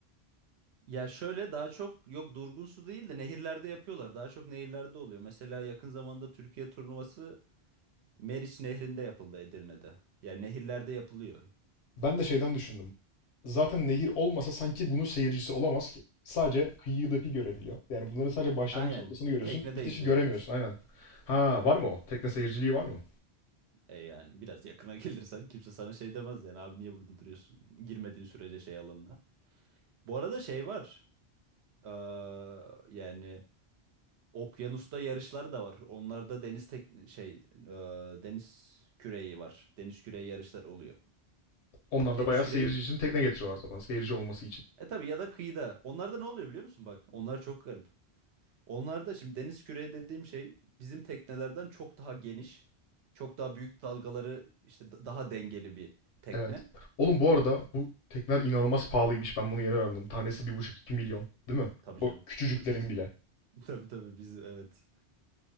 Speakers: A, on the right; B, on the left.
A: Ya şöyle daha çok yok durgun su değil de nehirlerde yapıyorlar. Daha çok nehirlerde oluyor. Mesela yakın zamanda Türkiye turnuvası Meriç Nehri'nde yapıldı Edirne'de. Yani nehirlerde yapılıyor.
B: Ben de şeyden düşündüm. Zaten nehir olmasa sanki bunun seyircisi olamaz ki. Sadece kıyıdaki görebiliyor. Yani bunların sadece başlangıç
A: Aynen.
B: noktasını görüyorsun.
A: Teknede
B: Bitişi
A: izleyebilirsin.
B: göremiyorsun aynen. Ha var mı o? Tekne seyirciliği var mı?
A: E yani biraz yakına <laughs> gelirsen kimse sana şey demez yani abi niye burada duruyorsun? Girmediğin sürece şey alanına. Bu arada şey var. Ee, yani okyanusta yarışlar da var. Onlarda deniz tek şey e, deniz küreği var. Deniz küreği yarışlar oluyor.
B: Onlar
A: Deniz
B: da bayağı
A: küreği
B: seyirci için tekne getiriyorlar zaman. Seyirci olması için.
A: E tabii ya da kıyıda. Onlarda ne oluyor biliyor musun bak? Onlar çok garip. Onlarda şimdi deniz küreği dediğim şey bizim teknelerden çok daha geniş. Çok daha büyük dalgaları işte da- daha dengeli bir tekne.
B: Evet. Oğlum bu arada bu tekneler inanılmaz pahalıymış. Ben bunu yeni öğrendim. Tanesi bir buçuk iki milyon. Değil mi?
A: Tabii
B: O
A: canım.
B: küçücüklerin
A: <laughs>
B: bile.
A: Tabii tabii biz evet.